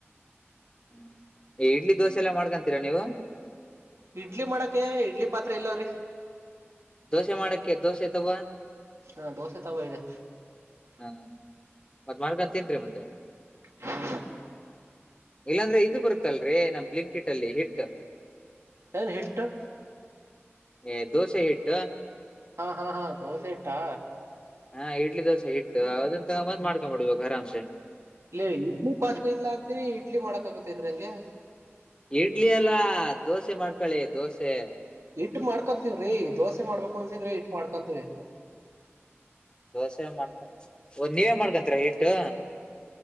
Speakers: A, on the left (about 20°); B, on the right (about 90°).
A: ಹ್ಮ ಇಡ್ಲಿ ದೋಸೆ ಎಲ್ಲಾ ಮಾಡ್ಕೊಂತೀರಾ ನೀವು?
B: ಇಡ್ಲಿ ಮಾಡಕೆ ಇಡ್ಲಿ ಪಾತ್ರೆ ಇಲ್ಲ ರೀ.
A: ದೋಸೆ ಮಾಡಕ್ಕೆ ದೋಸೆ ತವಾ?
B: ಹಾ ದೋಸೆ ತವ ಇದೆ.
A: ಹಾ ಮತ್ತ್ ಮಾಡ್ಕ ತಿನ್ರಿ ಮತ್ತೆ.
B: ಹ್ಮ
A: ಇಲ್ಲಾಂದ್ರೆ ಇದು ಬರುತ್ತಲ್ರರಿ ನಮ್ ಬ್ಲಿಂಕಿಟ್ ಅಲ್ಲಿ ಹಿಟ್.
B: ರಿ ಹಿಟ್ಟು.
A: ಏ ದೋಸೆ ಹಿಟ್ಟು
B: ಹಾ ಹಾ ಹಾ ದೋಸ ಇಟಾ
A: ಹಾ ಇಡ್ಲಿ ದೋಸೆ ಇಟ್ಟು ಅದಂತ ಮಂದ್ ಮಾಡ್ಕೊಂಬೋಡ ಇವಾಗ ಅರಾಂಸೆ
B: ಇಲ್ಲ ಇಡ್ಲಿ ಪಾತ್ರೆ ಇಲ್ಲ ಅಂತೀನಿ ಇಡ್ಲಿ ಮಾಡಕಾಗತ್ತೆ ಅಂದ್ರ ಹಂಗೆ
A: ಇಡ್ಲಿ ಅಲ್ಲಾ ದೋಸೆ ಮಾಡ್ಕಳಿ ದೋಸೆ.
B: ಹಿಟ್ ಮಾಡ್ಕೊಂತೀವ್ರೀ ದೋಸೆ ಮಾಡ್ಬೇಕು ಅನ್ಸಿದ್ರೆ ಹಿಟ್ ಮಾಡ್ಕೊಂತೀವಿ.
A: ದೋಸೆ ಮಾಡ್ಕೊ ನೀವೇ ಮಾಡ್ಕೊಂತಿರ ಹಿಟ್ಟು?